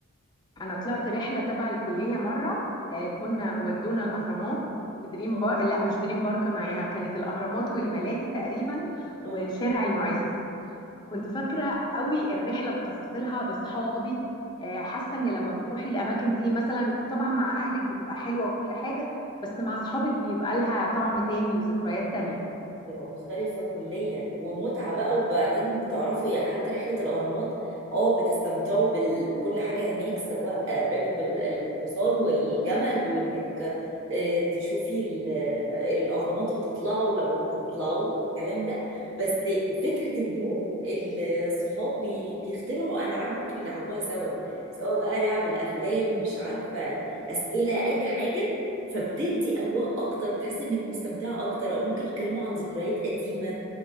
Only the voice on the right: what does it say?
اه
اه
تبقى مختلفة كليا ومتعة بقى وبعدين بتعرفوا يعني حتى رحلة الأهرامات اه بتستمتعوا بال... بكل حاجة هناك سواء راكب ال- الحصان والجمل وإنك آه، تشوفي ال- الأهرامات وتطلعوا لو هتطلعوا والكلام ده بس فكرة الجروب الصحاب بي... بيخترعوا ألعاب ممكن يلعبوها سوا سواء بقى لعب الأفلام مش عارفة أسئلة أي حاجة فبتدي اجواء اكتر بتحس انك مستمتعه اكتر او ممكن يتكلموا عن ذكريات قديمه